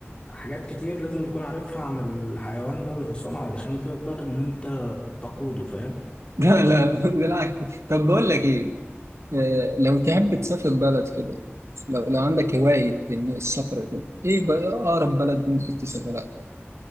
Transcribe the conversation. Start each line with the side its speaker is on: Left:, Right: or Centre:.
Left: حاجات كتير لازم تكون عارفها عن الحيوان ده والحصان علشان تقدر ان انت تقوده فاهم
Right: لا لا بالعكس طب بقول لك إيه آه، لو تحب تسافر بلد كده لو لو عندك هواية إن السفر كده إيه بقى أقرب بلد ممكن تسافرها